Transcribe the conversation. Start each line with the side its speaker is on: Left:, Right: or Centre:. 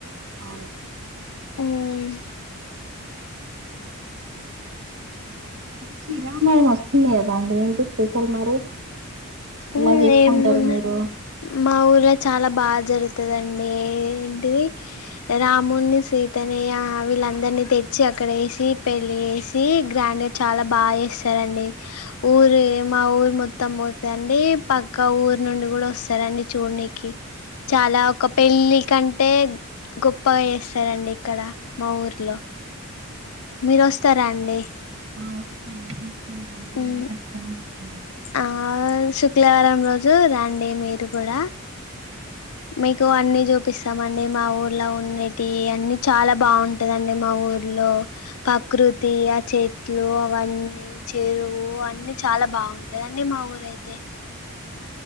Right: అ
Left: హ్మ్మ్
Right: శ్రీ రామనవమి వస్తుంది కదా అండి ఏంటి స్పెషల్ మరి ఎలా
Left: ఉమ్
Right: చేసుకుంటారు
Left: ఏముంది
Right: మీరు
Left: మా ఊర్లో చాలా బాగ జరుగుతుంది తదండి ఏంటిది రామున్నీ సీతనీ ఆ వీళ్ళందరినీ తెచ్చి అక్కడ వేసి పెళ్ళి చేసి గ్రాండ్గ చాలా బాగా చేస్తరండి ఊరు మా ఊరు మొత్తం దండి పక్క ఊరు నుండి కూడ వస్తరండి చూడనికి చాలా ఒక పెళ్ళి కంటే గొప్పగ చేస్తరండి ఇక్కడ మా ఊర్లో మీరు వస్తరా అండి
Right: ఆ వస్తా అండి తీసుకెళ్తాను నేను
Left: ఉమ్
Right: ఖచ్చితంగా వస్తున్నాను
Left: ఆ శుక్రవారం రోజు రండి మీరు కూడా మీకు అన్నీ చూపిస్తమండి మా ఊర్లో ఉండేటియి అన్నీ చాలా బాగుంటదండి మా ఊర్లో ప్రకృతి ఆ చెట్లు అవన్నీ చెరువు అన్నీ చాలా బాగుంటదండి మా ఊరైతే